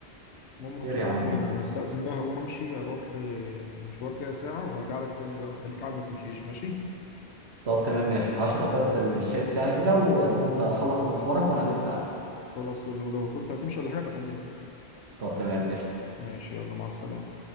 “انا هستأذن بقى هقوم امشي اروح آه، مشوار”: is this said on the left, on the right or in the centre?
Left